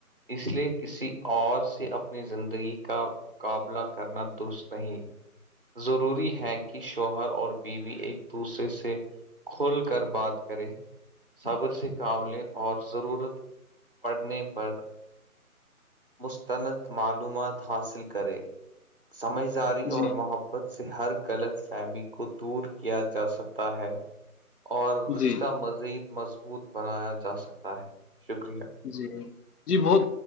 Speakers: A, on the right; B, on the left.
A: اس لیے کسی اور سے اپنی زندگی کا مقابلہ کرنا درست نہیں ضروری ہے کہ شوہر اور بیوی ایک دوسرے سے کھول کر بات کریں صبر سے قابلے اور ضرورت پڑنے پر مستند معلومات حاصل کرے سمجھداری
B: جی
A: اور محبت سے ہر غلط فہمی کو دور کیا جا سکتا ہے اور رشتہ
B: جی
A: مزید مضبوط بنایا جا سکتا ہے شکریہ
B: جی ہ جی بہت